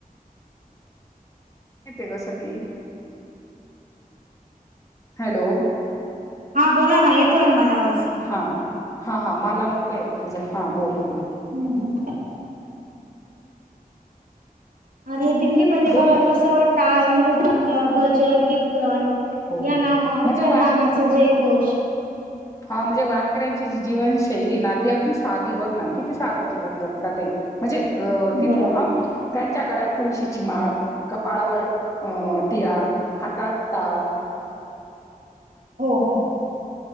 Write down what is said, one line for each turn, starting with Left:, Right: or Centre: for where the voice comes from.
Left: तिथे कस की हॅलो!
Right: हा बोला ना येतोय ना मला आवाज.
Left: हा हा हा मला नव्हता येत तुझा हा बोल -बोल!
Right: हम् आणि दिंडीमध्येध्ये
Left: बोल
Right: बघा
Left: ना
Right: कसं टाळ मृदंग भजन कीर्तन -
Left: हो
Right: या
Left: हो
Right: नाव विठ्ठल
Left: म्हणजे वारक
Right: नामाच जयघोष -
Left: हा म्हणजे वारकऱ्यांची जी जीवनशैली ना ती अगदी साधी बघ ना किती साधं जीवन जगतात. म्हणजे अ तिथे
Right: बरोबर
Left: ह - त्यांच्या गळ्यात तुळशीची माळ कपाळावर अ टिळा हातात ताळ -
Right: हो हो